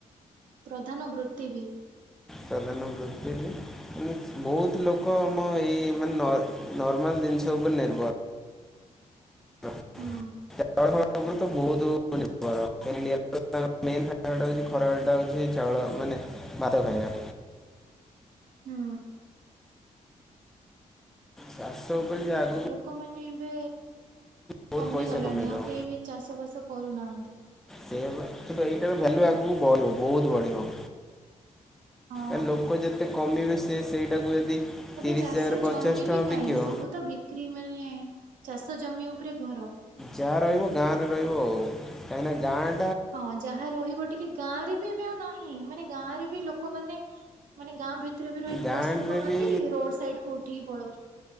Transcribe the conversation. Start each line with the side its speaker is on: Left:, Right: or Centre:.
Right: ପ୍ରଧାନ ବୃତ୍ତି ବି।
Centre: ପ୍ରଧାନବୃତ୍ତି ବି। ଉଁ ବହୁତ ଲୋକ ଆମ ଏଇ ମାନେ ନର୍ମାଲ ଜିନିଷ ଉପରେ ନିର୍ଭର। <unintelligible>
Right: ହୁଁ
Centre: ବହୁତ ନିର୍ଭର। ଇଣ୍ଡିଆରେ ତାଙ୍କର ମେନ୍ ଖାଇବା ଟା ହେଉଚି ଖରାବେଳ ଟା ହଉଚି ଚାଉଳ ମାନେ ଭାତ ଖାଇବା।
Right: ହୁଁ।
Centre: ଚାଷ ଉପରେ ଜା ଆଗୁ
Right: ଲୋକମାନେ ଏବେ
Centre: ବହୁତ
Right: କମିଗଲାଣି
Centre: ପଇସା କମେଇଦବ
Right: ଆଉ କେହି ବି ଚାଷ ବାସ କରୁନାହାନ୍ତି।
Centre: ସେୟା ବା କିନ୍ତୁ ଏଇଟାର ଭାଲ୍ୟୁ ଆଗକୁ ବଢିବ ବହୁତ ବଢିବ।
Right: ହଁ।
Centre: ଆ ଲୋକ ଯେତେ କମିବେ ସେ ସେଇଟାକୁ ଯଦି ତିରିଶ
Right: ଏବେ ଚାଷ
Centre: ଜାଗାରେ ପଚାଶ
Right: ଜମି
Centre: ଟଙ୍କା
Right: ବି କାହିଁ
Centre: ବିକିବ
Right: ସବୁ ତ ବିକ୍ରି ମାନେ ଚାଷ ଜମି ଉପରେ ଘର।
Centre: ଯା ରହିବ ଗାଁ ରେ ରହିବ ଆଉ କାଇଁନା ଗାଁ
Right: ହଁ ଯାହା ରହିବ ଟିକେ ଗାଁରେ ବି ଏବେ ଆଉ ନାହିଁ ମାନେ ଗାଁରେ ବି ଲୋକମାନେ ମାନେ ଗାଁ ଭିତରେ ବି ରହିବାକୁ
Centre: ଗାଁରେ
Right: ପସନ୍ଦ କରୁନାହାନ୍ତି
Centre: ବି
Right: ରୋଡ ସାଇଡ କୁ ଉଠିକି ପଳାଉଛନ୍ତି।